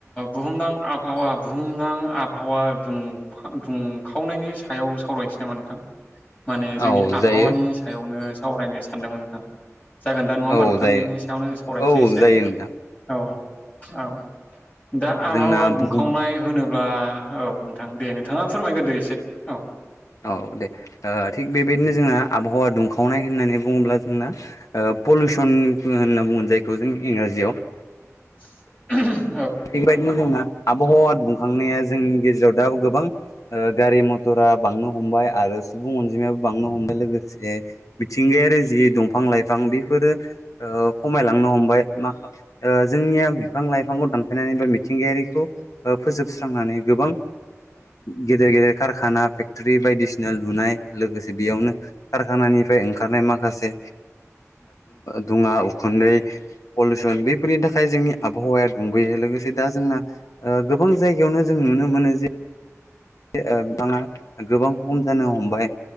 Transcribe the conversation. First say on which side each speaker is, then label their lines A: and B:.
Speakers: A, on the left (about 30°); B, on the left (about 85°).
A: बुहुमनां आबहावा बुहुमनां आबहावा दुंखावनायनि सायाव सावरायनोसै नामा नोंथां माने जोंनि
B: औ
A: आबहावानि
B: जायो
A: सायावनो सावरायनो सानदोंमोन नोंथां जागोन दा नङा होमबा
B: औ
A: नोंथां
B: जायो
A: बेनि सायावनो सावरायनोसै
B: औ
A: एसे
B: जायो नोंथां
A: औ औ दा आबहावा
B: जोंना
A: दुंखावनाय
B: बुहुम
A: होनोबा औ नोंथां दे नोंथाङा फोरमायग्रोदो एसे औ
B: औ दे ओ, थिग बेबायदिनो जोंना आबहावा दुंखावनाय होननानै बुङोब्ला जोंना पलुसन <unintelligible> बुङो जायखौ जों इंराजियाव
A: <inaudible>
B: बेबादिनो दं ना आबहावा बुंखांनाया जोंनि गेजेराव दा गोबां ओ गारि मथरा बांनो हमबाय आरो सुबुं अनजिमायाबो बांनो हमबाय लोगोसे मिथिंगायारि जि दंफां लाइफां बेफोरो ओ खमायलांनो हमबाय मा ओ जोंनिया बिफां लाइफांखौ दान नायनानै बा मिथिंगायारिखौ फोजोबस्रांनानै गोबां गेदेर गेदेर कारखाना फेक्टरि बायदिसिना लुनाय लोगोसे बेयावनो कारखाना निफ्राय ओंखारनाय माखासे दुङा उखुन्दै पलुसन बैफोरनि थाखाय जोंनि आबहावाया बुं बैयो लोगोसे दा ओ जोंना गोबां जायगायावनो जों नुनो मोनो जे ओ बिबांङा गोबां खम जानो हमबाय